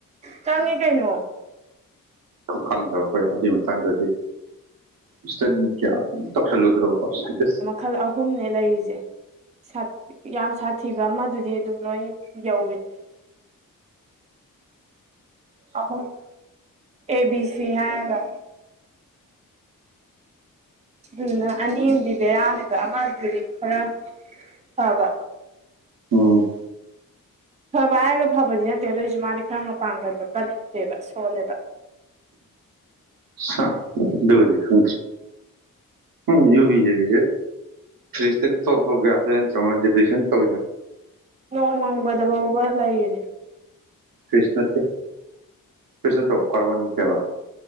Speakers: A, on the right (about 20°); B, on the right (about 75°).
A: ꯆꯪꯉꯦ ꯀꯩꯅꯣ
B: ꯈꯪꯗꯕ ꯑꯩꯈꯣꯏ ꯑꯗꯨꯏ ꯃꯇꯥꯡꯗꯗꯤ ꯏꯁꯇꯗꯤ ꯀꯌ꯭ꯥ ꯇꯧꯁꯤꯜꯂꯨꯗꯔ꯭ꯕꯀꯣ ꯁꯥꯏꯇꯤꯁ-
A: ꯈꯜ ꯑꯍꯨꯝꯅꯦ ꯂꯩꯔꯤꯖꯦ ꯁꯟ ꯌꯥꯝ ꯁꯥꯊꯤꯕ ꯑꯃꯗꯨꯗꯤ ꯑꯗꯨꯝ ꯂꯣꯏꯟ ꯌꯧꯔꯤꯅꯦ ꯑꯍꯨꯝ ꯑꯦ ꯕꯤ ꯁꯤ ꯍꯥꯏꫪꯒ ꯑꯗꯨꯗꯨꯅ ꯑꯅꯤꯌꯝꯗꯤ ꯕꯦꯔꯥꯅꯦꯕꯥ ꯑꯃꯗꯨꯗꯤ ꯈꯔ ꯐꯕ
B: ꯑꯣ
A: ꯐꯕ ꯍꯥꯏꯔꯒ ꯐꯕꯗꯤ ꯅꯠꯇꯦ ꯑꯗꯣꯏꯖꯨ ꯃꯥꯗꯤ ꯈꯔ ꯃꯄꯥꯡꯒꯜꯗꯣ ꯀꯟꯗꯦꯕ ꯁꯣꯜꯂꯦꯕ
B: ꯁꯥ ꯑꯗꯨꯕꯨꯗꯤ ꯈꯪꯗꯔ꯭ꯤ <unintelligible> ꯐ꯭ꯔꯤꯁꯇ <unintelligible> ꯗꯤꯄ꯭ꯔꯦꯁꯟ ꯇꯧ <unintelligible>
A: ꯅꯣꯡ ꯃꯪꯕꯗꯕꯧꯕ ꯂꯩꯔꯤꯅꯤ
B: ꯐꯔ꯭ꯤꯁ ꯅꯠꯇꯦ ꯐꯔ꯭ꯤꯁ ꯅꯠꯇꯔ꯭ꯑꯣ ꯀꯥꯔꯕꯣꯟ <unintelligible>